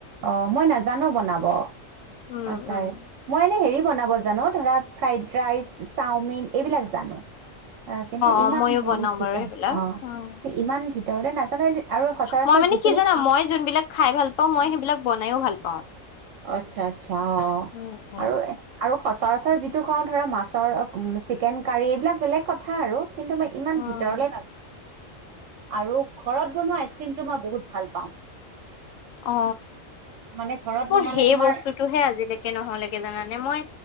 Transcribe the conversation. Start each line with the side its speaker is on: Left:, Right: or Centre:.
Right: অ! মই নাজানো বনাব। অ',
Left: উম-উম।
Right: তাই। মই এনেই হেৰি বনাব জানো ধৰা ফ্ৰাইড ৰাইচ, চাওমিন এইবিলাক জানো। অ কিন্তু ইমান
Left: অ মইয়ো
Right: হেৰি
Left: বনাও
Right: ভিতৰ
Left: বাৰু সেইবিলাক
Right: অ
Left: উম
Right: ইমান ভিতৰতে নাজানো আৰু সচৰাচৰ
Left: মই মানে
Right: যিখিনি
Left: কি জানা
Right: খাওঁ
Left: মই জোনবিলাক খাই ভাল পাওঁ মই সেইবিলাক বনাইও ভাল পাওঁ।
Right: অ আচ্ছা আচ্ছা অ
Left: উম উম
Right: আৰু আৰু সচৰাচৰ যিটো খাওঁ ধৰা মাছৰ চিকেন কাৰী, এইবিলাক বেলেগ কথা আৰু কিন্তু মই ইমান
Left: উম
Right: ভিতৰলে নাযা আৰু ঘৰত বনোৱা আইচক্ৰীমটো মই বহুত ভাল পাওঁ।
Left: অ
Right: মানে ঘৰত
Left: মোৰ
Right: বনালে
Left: সেই
Right: তোমাৰ
Left: বস্তুটোহে আজিলৈকে নহলেগে জানানে মই